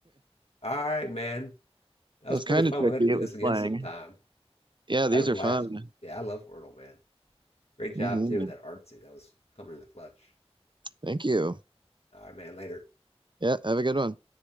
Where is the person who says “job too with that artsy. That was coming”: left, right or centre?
Left